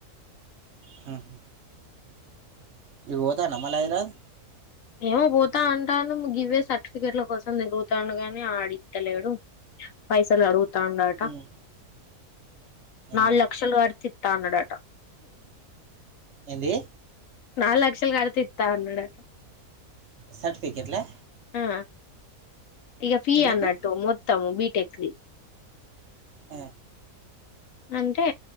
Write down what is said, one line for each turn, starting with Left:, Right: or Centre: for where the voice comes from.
Right: హ్మ్ <unintelligible>
Left: ఏమో పోతా అంటాను గివ్వే సర్టిఫికేట్ల కోసం తిరుగుతాండు గాని అడిస్తలేడు పైసలు అడుగు తాండాట
Right: ఉమ్, ఎన్ని
Left: నాలుగు లక్షలు గడితే తాండడటా
Right: ఏంది
Left: నాలుగు లక్షలు కడతే ఇత్తా అన్నాడట
Right: సర్టిఫికెట్లే
Left: ఆ ఇక ఫీ
Right: ఎందుకు
Left: అన్నట్టు మొత్తము బీ టెక్లీ
Right: ఆ
Left: అంటే